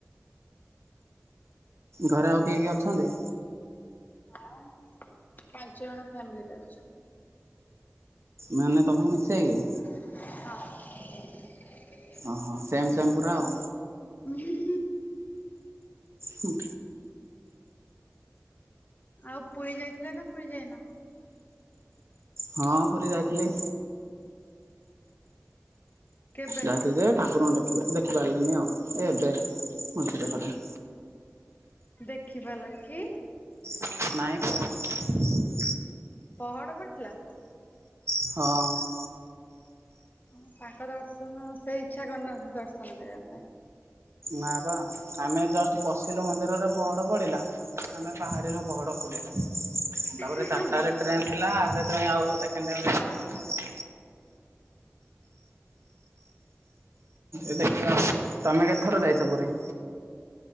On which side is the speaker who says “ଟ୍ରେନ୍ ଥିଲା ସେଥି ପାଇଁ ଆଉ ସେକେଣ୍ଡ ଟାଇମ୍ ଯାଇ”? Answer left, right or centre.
Right